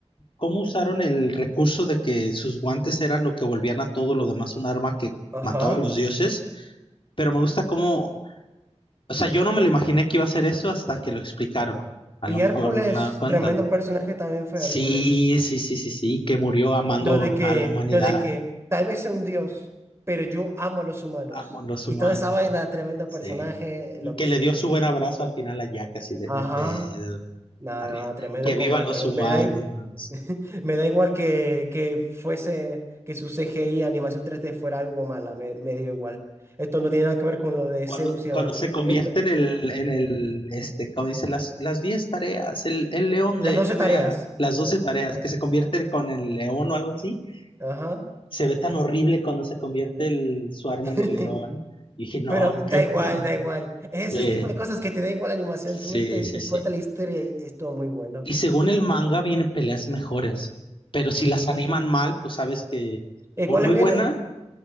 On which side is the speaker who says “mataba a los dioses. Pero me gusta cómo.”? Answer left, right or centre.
Left